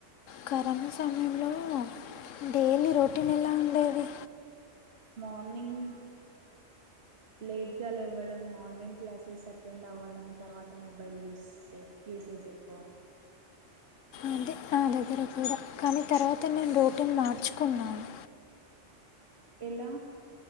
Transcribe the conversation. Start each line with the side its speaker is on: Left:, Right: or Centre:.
Left: కరోనా సమయంలో డైలీ రొటీన్ ఎలా ఉండేది
Right: మార్ర్నింగ్ లేట్ గా లేవ్వడం ఆన్లైన్ క్లాసెస్ అటెండ్ అవ్వడం తర్వాత మొబైల్ యూస్ చే యూస్ యూజెక్కువా
Left: అదే నా దగ్గర కూడ కానీ తర్వాత నేను రోటీన్ మార్చుకున్నాను
Right: ఇలా